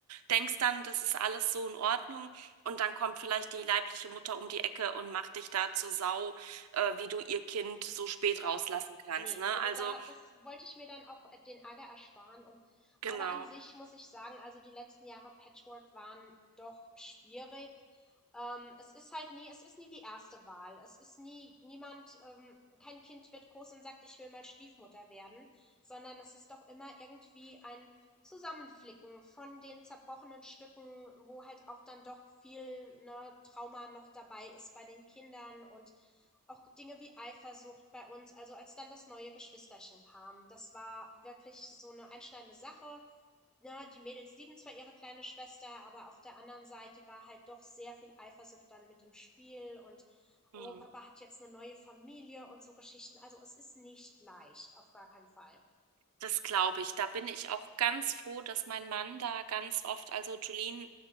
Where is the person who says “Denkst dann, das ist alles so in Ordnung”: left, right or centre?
Right